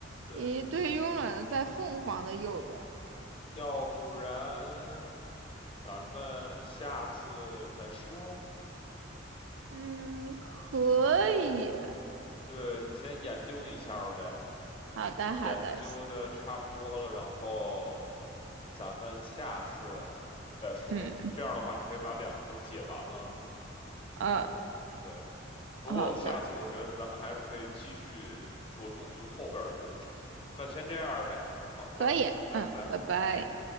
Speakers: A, on the left (about 30°); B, on the right (about 70°).
A: 对，
B: 一对慵懒的在凤凰的右边。
A: 要不然咱们下次再说。
B: 嗯，可以，
A: 你先对，你先研究一下儿呗。
B: 好的，
A: 研究的差不多了，
B: 好的，
A: 然后咱们下次再说。
B: 嗯，
A: 这样的话，你可以把两个都解完了，
B: 呃，
A: 然后对。不过下次我觉得咱们还是可以继续着重于后边儿的流程。
B: 好的。
A: 那就先这样儿呗。好的，
B: 可以，
A: 拜拜。
B: 嗯，拜拜。